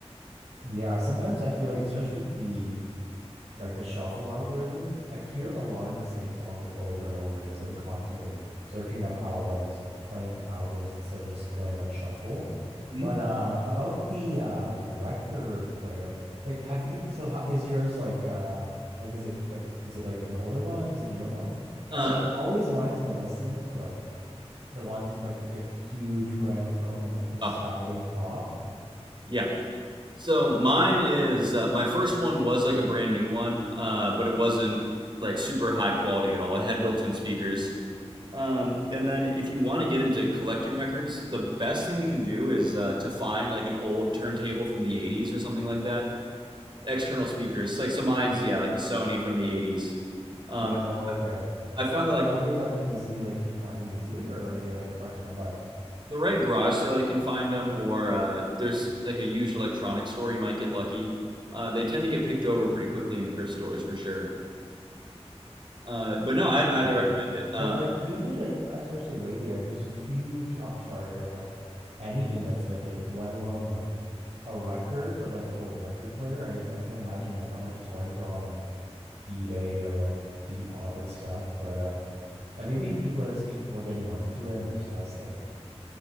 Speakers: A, on the right (about 75°); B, on the right (about 45°).
A: Yeah, sometimes I feel like, especially with the like the shuffle algorithms, I hear a lot of the same songs over and over again. So I'm constantly like searching up albums, playing albums instead of just going on shuffle.
B: Mhm.
A: But uh about the uh record player, like have you so how is yours like um like is it like is it like an older one? Is it a newer one? Also,
B: Uh,
A: I've always wanted to listen to like the ones with like the huge gramophone and like the spouting
B: oh,
A: top.
B: yeah. So mine is uh, my first one was like a brand new one, uh, but it wasn't like super high quality at all. It had built-in speakers. Um, and then if you want to get into collecting records, the best thing you can do is uh, to find like an old turntable from the 80s or something like that. External speakers, like so mine's yeah, like a Sony from the 80s. Um,
A: Yeah. Oh, okay.
B: I found
A: Are
B: that like
A: they like easily like can you find them easily or are they like hard to come by?
B: the right garage sale you can find them or uh, there's like a used electronics store you might get lucky uh, they tend to get picked over pretty quickly in thrift stores for sure uh, but no i'd highly recommend
A: Mm.
B: it uh,
A: But like usually like especially lately like there's a huge upcharge on like anything that's vintage, let alone like a record, but like a whole record player. I I can't imagine like how much it's going for on like eBay or like Depop and stuff. But uh and maybe people are just get, more getting more into it and there's less like